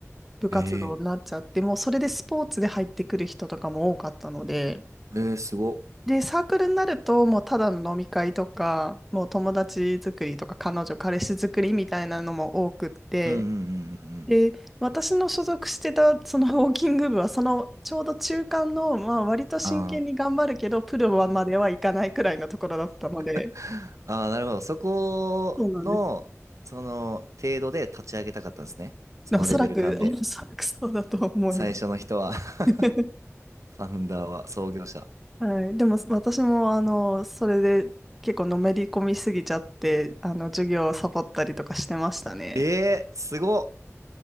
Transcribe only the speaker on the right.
え
ー、えー、すご。
うんうんうんうんうん。
ああ、
<laughs> ああ、なるほど。そこの、
その程度で立ち上げたかったんですね。そのレベル感で。
最初の人は <laughs> フ
ァウンダーは創業者。
ええー、すごっ。